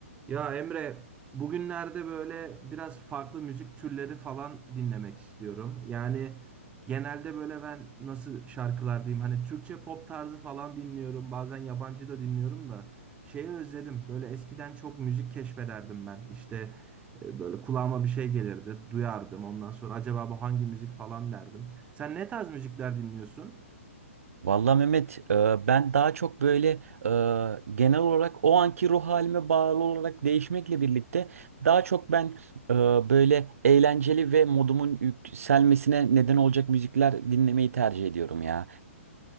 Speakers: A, on the right; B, on the right.
A: Ya Emre, bugünlerde böyle biraz farklı müzik türleri falan dinlemek istiyorum. Yani genelde böyle ben nasıl şarkılar diyeyim hani Türkçe pop tarzı falan dinliyorum. Bazen yabancı da dinliyorum da şeyi özledim. Böyle eskiden çok müzik keşfederdim ben. İşte e, böyle kulağıma bir şey gelirdi, duyardım. Ondan sonra acaba bu hangi müzik falan derdim. Sen ne tarz müzikler dinliyorsun?
B: Vallahi Mehmet, e, ben daha çok böyle e, genel olarak o anki ruh halime bağlı olarak değişmekle birlikte daha çok ben e, böyle eğlenceli ve modumun yükselmesine neden olacak müzikler dinlemeyi tercih ediyorum ya.